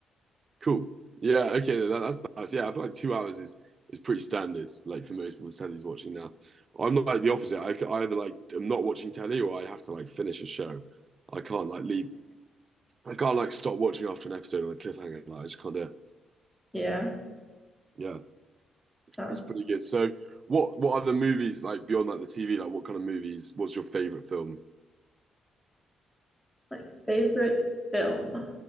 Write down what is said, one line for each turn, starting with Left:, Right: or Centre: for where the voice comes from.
Right: Cool. Yeah. Okay. That, that's that's yeah. I feel like two hours is is pretty standard. Like for most people, telly's watching now. I'm like the opposite. I c- I either like I'm not watching telly or I have to like finish a show. I can't like leave I can't like stop watching after an episode on a cliffhanger. Like I just can't do it.
Centre: Yeah.
Right: Yeah,
Centre: Huh.
Right: it's pretty good. So, what what other movies like beyond like the TV? Like, what kind of movies was your favorite film?
Centre: My favorite film.